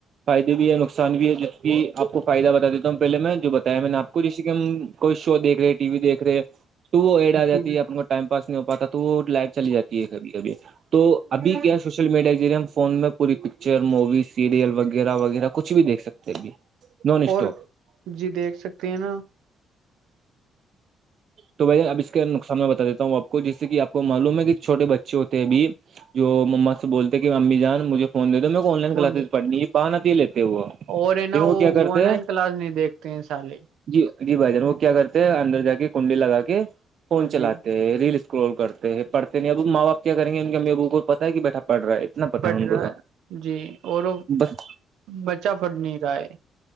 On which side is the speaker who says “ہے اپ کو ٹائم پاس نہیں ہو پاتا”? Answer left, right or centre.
Right